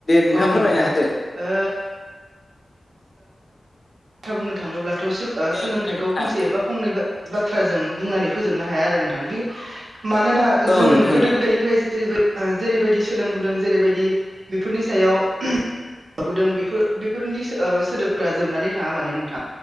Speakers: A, on the left; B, on the right.
A: नोंथाङा
B: औ
A: फोरमायना
B: नोंथां
A: होदो
B: ओ खोथा बुंनो थाङोब्लाथ' सो ओ
A: दे
B: सोलोंथाइखौ
A: बुंदो नोंथां
B: फंसे एबा फंनै बाथ्राजों बुंनानै फोजोबनो हाया आरो नोंथां बे मानोना
A: औ
B: जों
A: नोंथां
B: गोदो
A: औ
B: गोदायनिफ्राय जेरै जेरैबायदि सोलोंबोदों जेरैबायदि बेफोरनि सायाव लाबोदों बेफोर बेफोरनि सो ओ सोदोबफोरा जोबनानै थाङा माने नोंथां